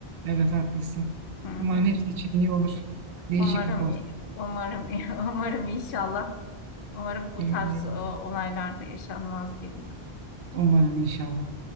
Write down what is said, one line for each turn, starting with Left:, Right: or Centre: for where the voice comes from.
Right: evet haklısın.
Left: Hı hı.
Right: Umarım hepsi için iyi olur. Değişik
Left: Umarım,
Right: bir post.
Left: umarım, <laughs> umarım inşallah. Umarım bu
Right: Umarım
Left: tarz e, olaylar da yaşanmaz diyeyim.
Right: umarım inşallah.